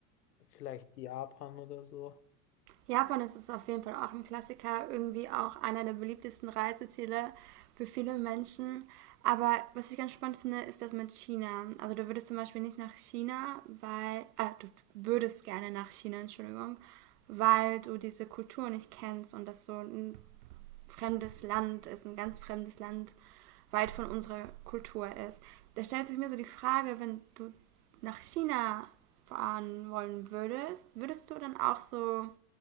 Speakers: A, on the left; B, on the right.
A: vielleicht Japan oder so.
B: Japan ist es auf jeden Fall auch ein Klassiker, irgendwie auch einer der beliebtesten Reiseziele für viele Menschen. Aber was ich ganz spannend finde, ist das mit China. Also du würdest zum Beispiel nicht nach China, weil, äh, du würdest gerne nach China, Entschuldigung, weil du diese Kultur nicht kennst und das so ein fremdes Land ist, ein ganz fremdes Land, weit von unserer Kultur ist. Da stellt sich mir so die Frage, wenn du nach China fahren wollen würdest, würdest du dann auch so